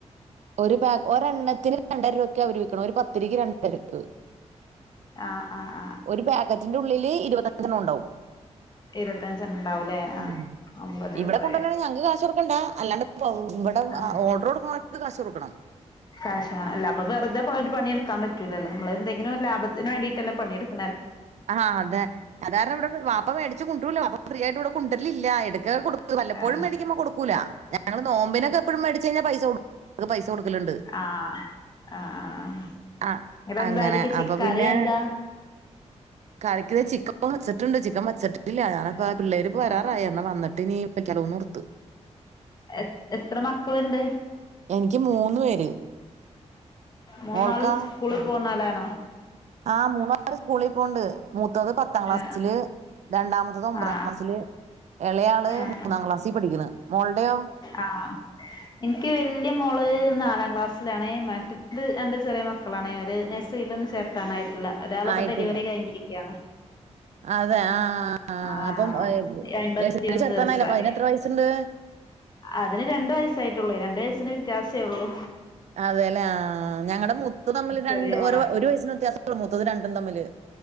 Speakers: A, on the right; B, on the left.
A: ഒരു പ ഒരെണ്ണത്തിന് രണ്ടര രൂപക്ക അവര് വിക്കണ് ഒരു പത്തിരിക്ക് രണ്ടര രൂപ
B: ആഹ് ആഹ് ആഹ്
A: ഒരു പാക്കറ്റിന്റെ ഉള്ളില് ഇരുപത്തിഞ്ചെണ്ണം ഉണ്ടാവും
B: ഇരുപത്തഞ്ചെണ്ണം ഉണ്ടാവൂലേ ആ
A: ഉമ്
B: അമ്പത്
A: ഇവടെ
B: രൂപ
A: കൊണ്ടന്ന ഞങ്ങക്ക് കാശൊട്ക്കണ്ടാ അല്ലാണ്ട് പ്പൊ ഇവടെ
B: ആ
A: ഓർഡർ കൊടുക്കുന്നോർക്ക് കാശ് കൊടുക്കണം
B: ക്യാഷ അല്ലപ്പ വെറുതെ പോയിട്ട് പണിയെടുക്കാൻ പറ്റൂലല്ലോ നമ്മള് എന്തെങ്കിലും ലാഭത്തിന് വേണ്ടീട്ടെല്ലേ പണിയെടുക്ക്‌ണ്
A: ആഹ് അതെ അത് കാരണെവിടെ വാപ്പ വേടിച്ച് കൊണ്ടരൂല്ല വാപ്പ ഫ്രീയായിട്ട് ഇവടെ കൊണ്ടരലില്ല എടക്കൊക്കെ കൊടു വല്ലപ്പോഴും
B: ആ
A: മേടിക്കുമ്പൊ കൊടുക്കൂല്ല ഞങ്ങള് നോമ്പിനൊക്കെ എപ്പോഴും മേടിച്ച് കഴിഞാ പൈസ കൊടുക്കും ഞങ്ങൾക്ക് പൈസ കൊടുക്കലുണ്ട്
B: ആഹ് ആഹ് ആഹ് ആഹ്
A: ആഹ്
B: എന്നട്ട്
A: അങ്ങനെ
B: എന്താ അയില്ക്ക് ചി
A: അപ്പൊ
B: കറി
A: പിന്നെ
B: എന്താ
A: കറിക്ക് ചിക്കൻ ഇപ്പൊ വച്ചിട്ടുണ്ട് ചിക്കൻ വച്ചട്ടില്ല ഞാനിപ്പോ
B: ആ
A: പിള്ളേരിപ്പോ വരാറായി
B: ആ
A: എന്നാ വന്നട്ടിനി വെക്കാരോന്നോർത്ത്
B: എ എത്ര മക്കളുണ്ട്
A: എനിക്ക് മൂന്ന് പേര്
B: മൂന്നാളും
A: മോൾക്കാ
B: സ്കൂളിൽ പോവുന്നോലാണോ
A: ആഹ് മൂന്നാളും സ്കൂളി പോണ്ട് മൂത്തത് പത്താം ക്ലാസ്സില്
B: ആ
A: രണ്ടാമ അവള് ഒമ്പതാം
B: ആ ആ
A: ക്ലാസ്സില് എളയാള്
B: ആ
A: മൂന്നാം ക്ലാസ്സിൽ പഠിക്കുന്നു മോളുടെയോ
B: ആഹ് എനിക്ക് വല്യ മോള് നാലാം ക്ലാസ്സിലാണേ മറ്റത് എണ്ട് ചെറിയ മ മക്കളാണെ അവരെ നേഴ്സറിൽ ഒന്നും ചേർത്താനായിട്ടില്ല ഒരാൾ ഇപ്പൊ
A: ആയിട്ടില്ല
B: ഡെലിവറി കഴിഞ്ഞിരിക്കണ്
A: അതെ ആഹ്
B: ആഹ്
A: അപ്പംഏഹ്
B: അയ്മ്പത്തിയൊന്ന്
A: നെസീറി ചേർത്താനല്ല
B: ദിവസായി
A: അതിനിപ്പ് എത്ര വയസ്സുണ്ട്
B: അതിന് രണ്ടു വയസ്സായിട്ടുള്ളൂ രണ്ടു വയസ്സിന് വ്യത്യാസെ ഉള്ളു
A: അതെല്ലേ ആഹ് ഞങ്ങളടെ മൂത്ത തമ്മില് രണ്ട്
B: ചെറിയ മോളാ
A: ഒരു വയസിന് വ്യയാസം ഉള്ളൂ മുത്തത് രണ്ടും തമ്മില്